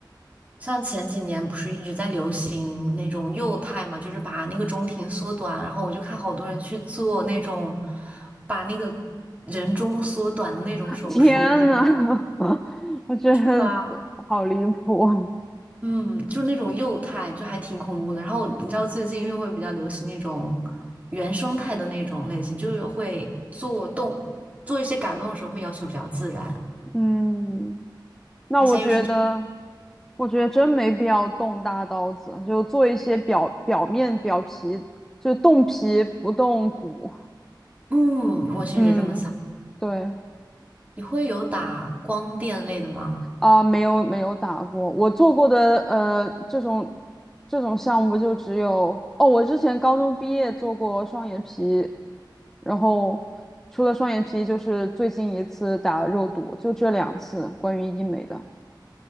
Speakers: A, on the right; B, in the centre.
A: 像前几年不是一直在流行那种幼态嘛，就是把那个中庭缩短，然后我就看好多人去做那种把那个人中缩短的那种手术，
B: <laughs> 天呐，
A: 我觉得
B: <laughs> 我觉得
A: 是吧？
B: 好离谱。
A: 嗯，就是那种幼态，就还挺恐怖的。然后你知道最近因为会比较流行那种原生态的那种类型，就是会做动做一些改动的时候会要求比较自然。
B: 嗯，那我觉得，
A: 他现在又是，
B: 我觉得真没必要动大刀子，就做一些表表面表皮，就动皮不动骨。
A: 嗯，我确实这么想。
B: 嗯，对。
A: 你会有打光电类的吗？
B: 啊，没有没有打过，我做过的呃这种这种项目就只有哦，我之前高中毕业做过双眼皮，然后除了双眼皮就是最近一次打肉毒，就这两次关于医美的。